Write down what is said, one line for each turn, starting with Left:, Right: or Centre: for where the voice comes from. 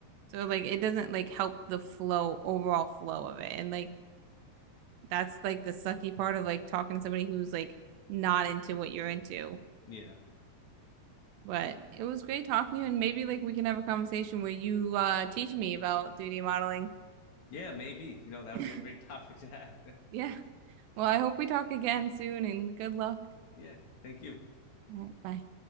Right: So like it doesn't like help the flow, overall flow of it. And like that's like the sucky part of like talking to somebody who's like not into what you're into.
Left: yeah,
Right: But it was great talking to you and maybe like we can have a conversation where you uh teach me about 3D modeling.
Left: yeah, maybe you know that
Right: <laughs>
Left: would be a great <laughs> topic to have,
Right: Yeah. Well, I hope we talk again soon and good luck.
Left: <laughs> yeah, thank you.
Right: All right, bye.